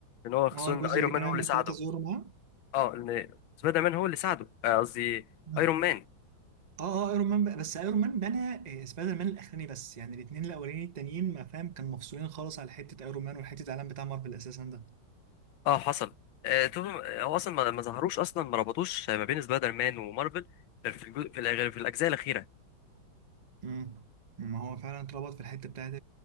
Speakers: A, on the left (about 85°); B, on the right (about 75°).
A: ان هو خصوصا
B: اه الجزء
A: ان ايرون
B: اللي كان
A: مان هو
B: ايرون
A: اللي ساعده
B: ثلاثه زورو معاه
A: اه ان سبايدر مان هو اللي ساعده آه، قصدي
B: مم.
A: ايرون مان
B: اه اه ايرون مان بقى- بس ايرون مان بنى آه، سبايدر مان الاخراني بس يعني الاثنين الاولانيين التانيين ما فاهم كان مفصولين خالص على حته ايرون مان وحته العالم بتاع مارفل اساسا ده
A: اه حصل آه توبي هو اصلا ما ما ظهروش اصلا ما ربطوش ما بين سبايدر مان ومارفل غير في الجو... في, الأ- غير في الاجزاء الاخيره
B: امم ما هو فعلا اتربط في الحته بتاعت